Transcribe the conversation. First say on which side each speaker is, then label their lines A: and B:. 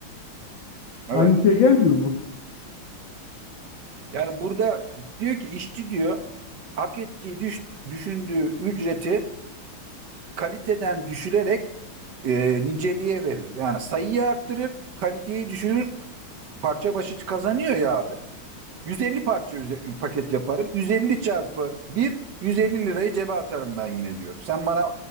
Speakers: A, on the right; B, on the left.
A: Evet.
B: Aynı şey gelmiyor mu?
A: Yani burada diyor ki işçi diyor hak ettiği düş- düşündüğü ücreti kaliteden düşürerek e, niceliğe verir. Yani sayıyı arttırır, kaliteyi düşürür, parça başı kazanıyor ya abi. 150 parça üze- paket yaparım. 150 çarpı 1, 150 lirayı cebe atarım ben yine diyor. Sen bana